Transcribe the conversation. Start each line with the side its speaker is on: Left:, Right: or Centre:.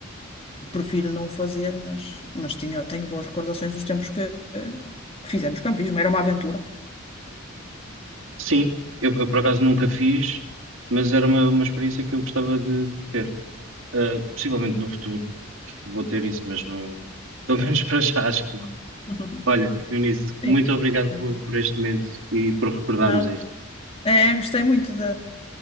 Left: Prefiro não o fazer, mas, mas tinha, tenho boas recordações dos tempos que, que fizemos campismo. Era uma aventura.
Right: Sim, eu, eu por acaso nunca fiz, mas era uma, uma experiência que eu gostava de, de ter. Uh, possivelmente no futuro vou ter isso, mas não, <laughs> pelo menos para já acho que não.
Left: <laughs>
Right: Olha, Eunice,
Left: Sim.
Right: muito obrigado
Left: É,
Right: por, por este momento e por recordarmos
Left: Nada.
Right: isto.
Left: É, gostei muito de,